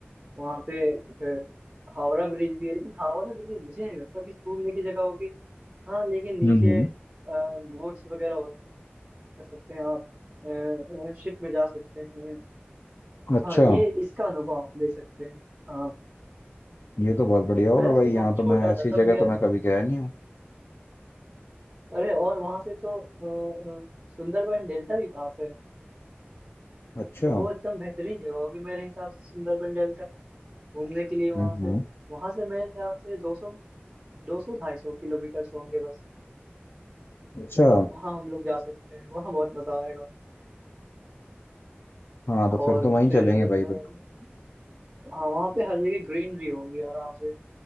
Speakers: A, on the right; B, on the left.
A: वहाँ पे अ, हावड़ा ब्रिज भी है लेकिन हावड़ा ब्रिज मुझे नहीं लगता कि घूमने की जगह होगी हाँ लेकिन नीचे
B: हम्म हम्म।
A: बोट्स वगैरह हो कर सकते हैं आप शिप में जा सकते हैं हाँ
B: अच्छा
A: ये इसका अनुभव आप ले सकते हैं हाँ
B: ये तो बहुत बढ़िया होगा
A: मैं वैसे
B: भाई
A: बहुत
B: यहाँ तो
A: छोटा
B: मैं ऐसी
A: था तब
B: जगह
A: गया
B: तो मैं
A: था
B: कभी गया नहीं हूँ
A: अरे और वहां से तो अ, अ, सुंदरबन डेल्टा भी पास है
B: अच्छा
A: वो एकदम बेहतरीन जगह होगी मेरे हिसाब से सुंदरबन डेल्टा घूमने के लिए वहां
B: हम्म
A: से
B: हम्म।
A: वहां से मेरे ख्याल से दो सौ दो सौ ढाई सौ किलोमीटर होंगे बस
B: अच्छा
A: वहां हम लोग जा सकते हैं वहां बहुत मजा आएगा
B: हाँ तो
A: और
B: फिर तो वहीं
A: फिर
B: चलेंगे भाई
A: अ,
B: बिल्कुल
A: हाँ वहां पे हर जगह ग्रीनरी होगी आराम से